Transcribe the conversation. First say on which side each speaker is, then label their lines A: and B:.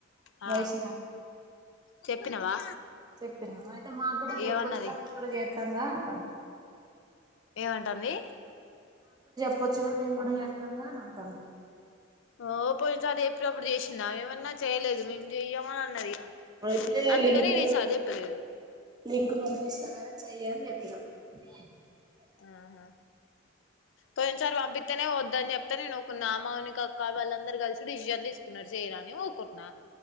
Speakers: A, on the left (about 65°); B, on the right (about 20°).
A: ఆ
B: వయసిమమ్
A: చెప్పినవా
B: చెప్పినా అయితే మాకు గూడా చెప్పొచ్చుగా
A: ఏమన్నది
B: మేము కూడా చేస్తాంగా అంటన
A: ఏవ్అంటంది
B: పుచు మేము గూడా చేస్తాంగా అని అంటంది
A: ఓ పోయినసారి చెప్పినప్పుడు చేసిందా ఏమన్నా చేయలేదు మేము చేయ్యము అని అన్నది ఇగ
B: అయితే
A: అందుకనే
B: లింకు
A: నేను ఈసారి చెప్పలేదు
B: లింక్ పంపిస్తానని చెయ్య అని చెప్పినా అ
A: ఆహా పోయినసారి పంపిత్తెనే వద్దని చెప్తే నుకు నా మౌనిక అక్క వాళ్ళందరు కలిసి డెసిషన్ తీసుకు నడ్ చేయ్యనని ఊక్కుట్న్